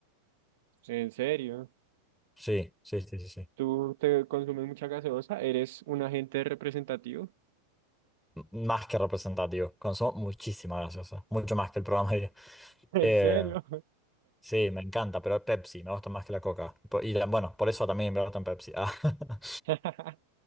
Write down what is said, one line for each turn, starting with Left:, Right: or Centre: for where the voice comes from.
Right: En serio.
Centre: Sí, sí, sí, sí, sí.
Right: ¿Tú te consumes mucha gaseosa? ¿Eres un agente representativo?
Centre: Más que representativo. Consumo muchísima gaseosa. Mucho más que el programa
Right: <laughs> ¿En
Centre: Eh,
Right: serio? <laughs>
Centre: sí, me encanta, pero Pepsi me gusta más que la Coca. Por- Y la- bueno, por eso también me gusta en Pepsi. Ah, <laughs>
Right: <laughs>